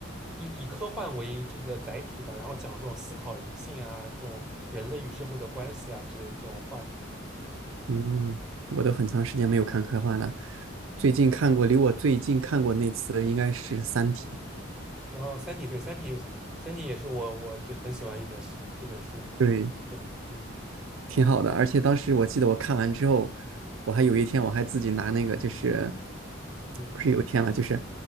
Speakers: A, in the centre; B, on the right.
A: 以以科幻为这个载体吧，然后讲这种思考人性啊，这种人类与社会的关系啊之类的这种话题。嗯
B: 嗯，我都很长时间没有看科幻了。最近看过，离我最近看过那次应该是《三体》。
A: 然后《三体》对，《三体》《三体》也是我我就很喜欢一本一本书。
B: 对，
A: 对，嗯
B: 挺好的。而且当时我记得我看完之后，我还有一天我还自己拿那个就是
A: 嗯，
B: 不是有一天了，就是